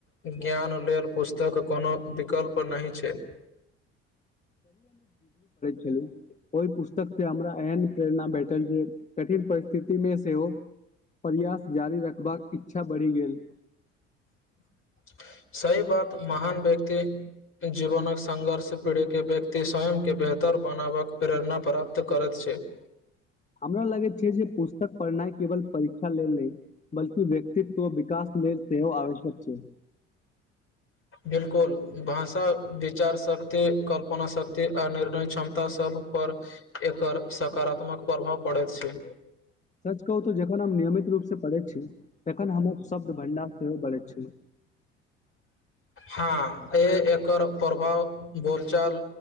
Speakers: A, on the left; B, on the left.
A: ज्ञान लेल पुस्तक कोनो विकल्प नहि छै <inaudible>
B: हेलो ओहि पुस्तक से हमरा एहन प्रेरणा भेठल जे कठिन परिस्थितिमे सेहो प्रयास जारी रखबाक इच्छा बढ़ि गेल
A: <inaudible> सही बात महान व्यक्ति जीवनक संघर्ष पीढ़े के व्यक्ति स्वयं के बेहतर बनाबक प्रेरणा प्राप्त करैत छै <inaudible>
B: हमरा लगैत छै जे पुस्तक पढ़नाइ केवल परीक्षा लेल नहि बल्कि व्यक्तित्व विकास लेल सेहो आवश्यक छै
A: बिलकुल भाषा विचार शक्ति कल्पना शक्ति आ निर्णय क्षमता सभ पर एकर सकारात्मक प्रभाव पड़ैत छै
B: सच कहू तऽ जखन हम नियमित रूप से पढ़ै छी त तखन हमर शब्द भण्डार सेहो बढ़ैत छी
A: हँ ए एकर प्रभाव बोलचाल